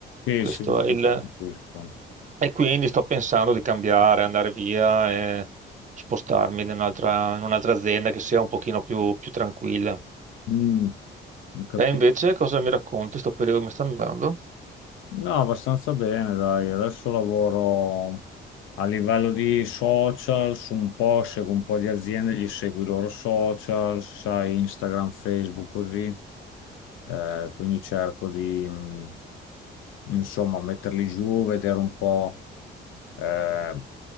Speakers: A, on the left; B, on the right.
A: Sì,
B: Questo
A: sì, sì,
B: è il...
A: capisco.
B: E quindi sto pensando di cambiare, andare via e spostarmi in un'altra in un'altra azienda che sia un pochino più, più tranquilla.
A: Mm, ho capito.
B: Te invece cosa mi racconti? Sto periodo come sta andando?
A: No, abbastanza bene, dai. Adesso lavoro a livello di social, su un po', seguo un po' di aziende, gli seguo i loro social, sai, Instagram, Facebook, così. Eh, quindi cerco di, mh, insomma, metterli giù, vedere un po', eh,